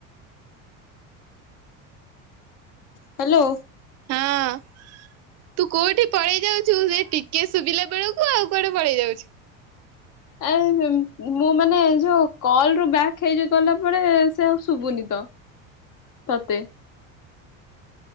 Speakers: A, on the left (about 50°); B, on the right (about 45°).
A: ହ୍ୟାଲୋ।
B: ହଁ ତୁ କୋଉଠି ପଳେଇ ଯାଉଛୁ ସେ ଟିକେ ଶୁଭିଲା ବେଳକୁ ଆଉ କୁଆଡେ ପଳେଇ ଯାଉଛୁ।
A: ଆ ମୁଁ ମାନେ ଯୋଉ କଲରୁ ବ୍ୟାକ ହେଇ ଗଲାପରେ ସେ ଆଉ ଶୁଭୁନି ତ ତତେ?